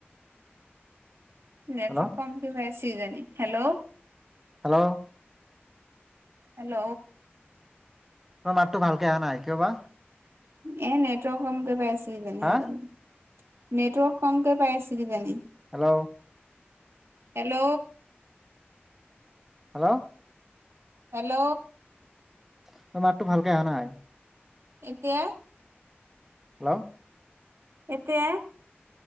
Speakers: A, on the right; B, in the centre.
A: নেটৱৰ্ক
B: হেল্ল'
A: কম কে পাইছে কিজানি হেল্ল
B: হেল্ল'।
A: হেল্ল'।
B: তোমাৰ মাতটো ভালকে অহা নাই কিয় বা
A: এ নেটৱৰক কম কে পাই আছিল কিজানি
B: হা
A: সেই কাৰণে নেটৱৰ্ক কমকৈ পাই আছিল কিজানি
B: হেল্ল'।
A: হেল্ল'।
B: হেল্ল'।
A: হেল্ল'।
B: তোমাৰ মাতটো ভালকে অহা নাই
A: এতিয়া
B: হেল্ল'।
A: এতিয়া